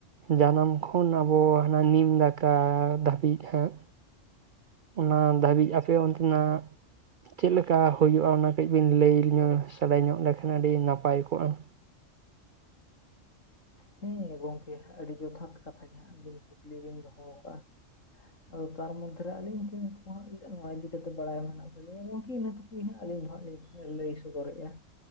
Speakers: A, on the right; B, on the left.
A: ᱡᱟᱱᱟᱢ ᱠᱷᱚᱱ ᱟᱵᱚ ᱦᱟᱸᱱᱟ ᱱᱤᱢ ᱫᱟᱠᱟ ᱫᱷᱟᱹᱵᱤᱡ ᱦᱟᱸᱜ ᱚᱱᱟ ᱫᱷᱟᱹᱵᱤᱡ ᱟᱯᱮ ᱚᱱᱛᱮᱱᱟᱜ ᱪᱮᱜ ᱞᱮᱠᱟ ᱦᱳᱭᱳᱜᱼᱟ ᱚᱱᱟ ᱠᱟᱹᱡ ᱵᱤᱱ ᱞᱟᱹᱭ ᱞᱤᱱᱟ ᱥᱮᱵᱮᱭ ᱧᱚᱜ ᱞᱮᱠᱷᱟᱱ ᱟᱹᱰᱤ ᱱᱟᱯᱟᱭ ᱠᱚᱜᱼᱟ ᱾
B: ᱦᱮᱸ ᱜᱚᱝᱠᱮ ᱟᱹᱰᱤ ᱡᱚᱛᱷᱟᱛ ᱠᱟᱛᱷᱟ ᱜᱮ ᱦᱟᱸᱜ ᱵᱤᱱ ᱠᱩᱠᱞᱤ ᱵᱤᱱ ᱫᱚᱦᱚ ᱠᱟᱜᱼᱟ ᱟᱫᱚ ᱛᱟᱨ ᱢᱚᱫᱽᱫᱷᱮᱨᱮ ᱟᱹᱞᱤᱧ ᱴᱷᱮᱱ ᱯᱷᱳᱱᱟ ᱱᱚᱣᱟ ᱤᱫᱤᱠᱟᱛᱮ ᱵᱟᱲᱟᱭ ᱢᱮᱱᱟᱜ ᱛᱟᱞᱤᱧᱟ ᱜᱚᱝᱠᱮ ᱩᱭᱦᱟᱸᱜ ᱟᱹᱞᱤᱧ ᱫᱚ ᱦᱟᱸᱜ ᱞᱤᱧ ᱞᱟᱹᱭ ᱥᱚᱫᱚᱨᱮᱜᱼᱟ ᱾